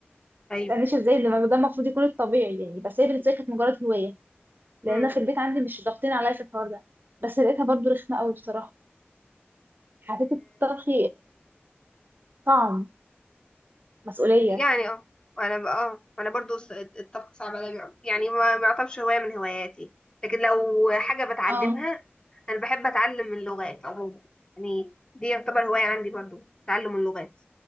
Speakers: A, on the left; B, on the right.
A: ايوه
B: ما تسألنيش ازاي ده ده المفروض يكون الطبيعي يعني بس هي بالنسبة لي كانت مجرد هواية لان
A: امم
B: انا في البيت عندي مش ضاغطين عليا في الحوار ده بس لقيتها برضو رخمه قوي بصراحه حسيت الطبخ صعب مسؤوليه
A: يعني اه انا بقى اه انا برضو الس- الطبخ صعب عليا يعني ما ما يعتبرش هوايه من هواياتي لكن لو حاجه بتعلمها
B: اه
A: انا بحب اتعلم اللغات عموما يعني دي يعتبر هوايه عندي برضو تعلم اللغات